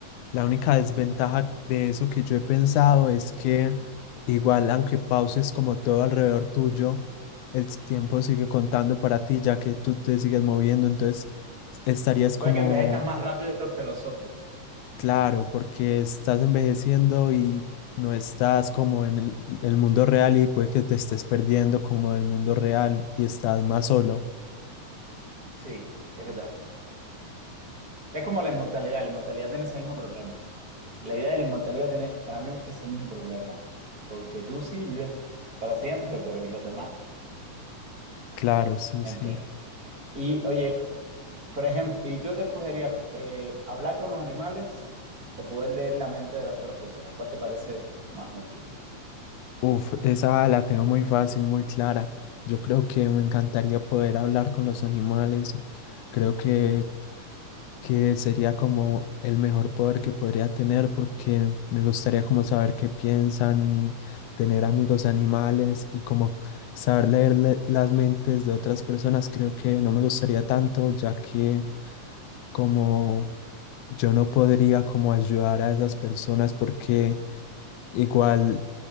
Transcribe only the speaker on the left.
La única desventaja de eso que yo he pensado es que igual, aunque pauses como todo alrededor tuyo, el tiempo sigue contando para ti ya que tú te sigues moviendo, entonces estarías como,
claro, porque estás envejeciendo y no estás como en el, el mundo real y puede que te estés perdiendo como del mundo real y estás más solo.
Claro, sí,
sí.
Uf, esa la tengo muy fácil, muy clara. Yo creo que me encantaría poder hablar con los animales. y Creo que, que sería como el mejor poder que podría tener porque me gustaría como saber qué piensan y tener amigos animales y como saber leer le- las mentes de otras personas. Creo que no me gustaría tanto ya que como yo no podría como ayudar a esas personas porque Igual